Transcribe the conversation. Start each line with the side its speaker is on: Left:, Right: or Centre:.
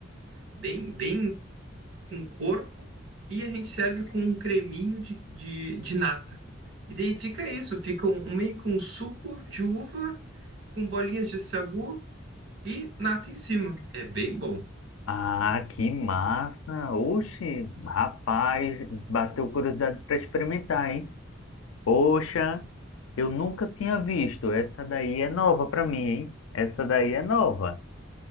Right: bem, bem com corpo e a gente serve com um creminho de, de, de nata. E daí fica isso, fica um, um meio que um suco de uva com bolinhas de sagu e nata em cima. É bem bom.
Left: Ah, que massa! Oxe, rapaz, bateu curiosidade para experimentar, hein? Poxa, eu nunca tinha visto. Essa daí é nova para mim, hein? Essa daí é nova.